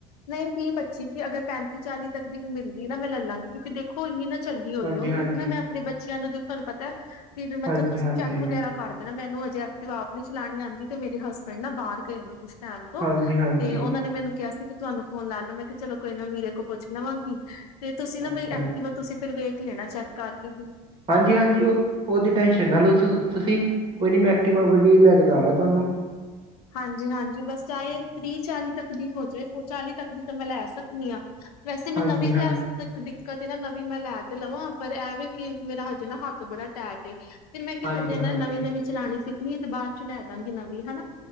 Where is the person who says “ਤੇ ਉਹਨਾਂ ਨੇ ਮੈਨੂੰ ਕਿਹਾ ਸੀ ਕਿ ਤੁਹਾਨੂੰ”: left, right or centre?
Left